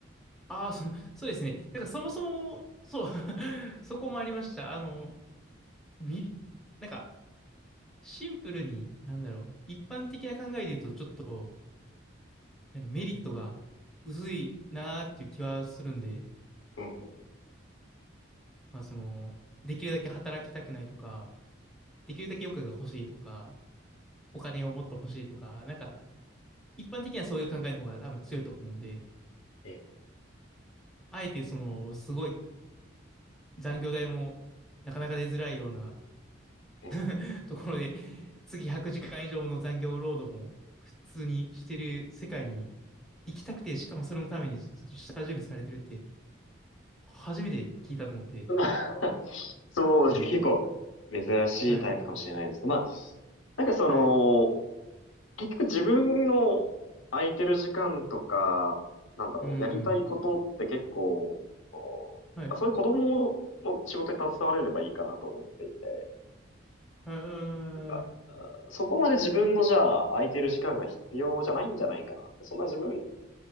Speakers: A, in the centre; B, on the left.
A: ああ、そ、そうですね。なんかそもそも、そう、<laughs> そこもありました。あの、み、なんか、シンプルに、なんだろう、一般的な考えで言うと、ちょっと、なんかメリットが薄いなーっていう気はするんで、
B: う。うんうんうん
A: まあその、できるだけ働きたくないとか、できるだけ余暇が欲しいとか、お金をもっと欲しいとか、なんか一般的にはそういう考えの方が多分強いと思うんで、
B: ええ、
A: あえてその、すごい残業代もなかなか出づらいような
B: ええ。
A: <laughs> ところで、次100時間以上の残業労働も普通にしてる世界に行きたくて、しかもそれのために下準備されてるって、初めて聞いたと思って、
B: まあ、<laughs> そうですね。結構珍しいタイプかもしれないです。
A: はい、
B: まあ、なんかその、
A: はい、
B: 結局自分の空いてる時間とか、なんだろう、
A: うん、
B: やりたいことって結構、こうまあ、
A: はい、
B: そういう子供の仕事に携われればいいかなと思っていて。
A: はい、う
B: なんか、
A: ん、
B: うんそこまで自分のじゃあ空いてる時間が必要じゃないんじゃないかなって、そんな自分